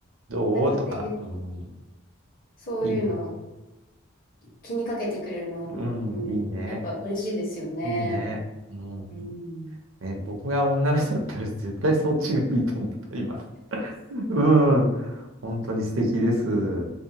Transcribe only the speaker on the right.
どうとか、
うん、
いいな。
うん、
いいね。
いいね。うん。
ね、僕が女の人だったら絶対そっちがいいと思った、今。うん。本当に素敵です。